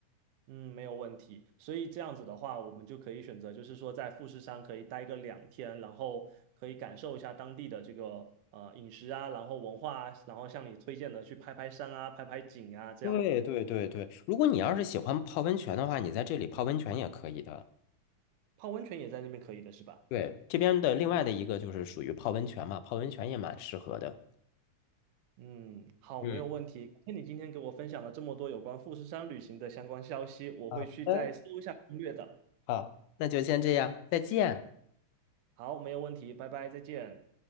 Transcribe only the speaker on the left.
对对对对，如果你要是喜欢泡温泉的话，你在这里泡温泉也可以的。
对，这边的另外的一个就是属于泡温泉嘛，泡温泉也蛮适合的。
嗯，
好的，好，那就先这样，再见。